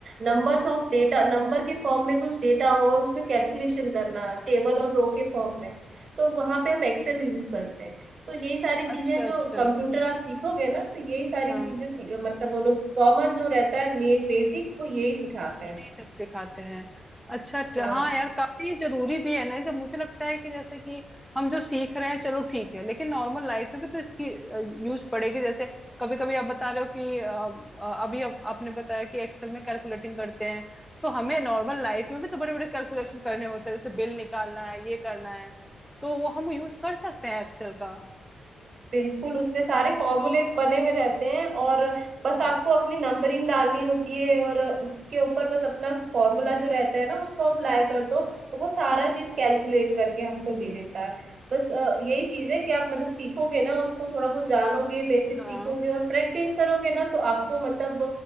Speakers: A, on the right; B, in the centre.
A: नंबर्स ऑफ डेटा नंबर के फॉर्म में कुछ डेटा हो और उसमें कैलकुलेशन करना टेबल और रो के फॉर्म में तो वहां पे हम एक्सेल यूज करते हैं तो यही सारी चीजें
B: अच्छा
A: जो
B: अच्छा
A: कंप्यूटर आप सीखोगे ना तो यही सारी
B: हाँ
A: चीजें सी- मतलब वो लोग कॉमन जो रहता है मेन बेसिक वो यही सिखाते
B: यही
A: हैं
B: सब सिखाते हैं अच्छा ट-
A: हाँ
B: हाँ यार काफी जरूरी भी है ना जैसे मुझे लगता है कि जैसे कि हम जो सीख रहे हैं चलो ठीक है लेकिन नॉर्मल लाइफ में भी तो इसकी यूज पड़ेगी जैसे कभी कभी आप बता रहे हो कि अ, अ, अभी आप, आपने बताया कि एक्सेल में कैलकुलेटिंग करते हैं तो हमें नॉर्मल लाइफ में भी तो बड़े बड़े कैलकुलेशन करने होते हैं जैसे बिल निकालना है ये करना है तो वो हम यूज कर सकते हैं एक्सेल का
A: बिल्कुल उसमें सारे फॉर्मूलेस बने हुए रहते हैं और बस
B: हम्म
A: आपको अपनी नंबरिंग डालनी होती है और उसके ऊपर बस अपना फॉर्मूला जो रहता है ना उसको अप्लाई कर दो तो वो सारा चीज कैलकुलेट करके हमको दे देता है बस अ, यही चीज है कि आप मतलब सीखोगे ना उसको थोड़ा बहुत जानोगे बेसिक
B: हाँ
A: सीखोगे और प्रैक्टिस करोगे ना तो आपको मतलब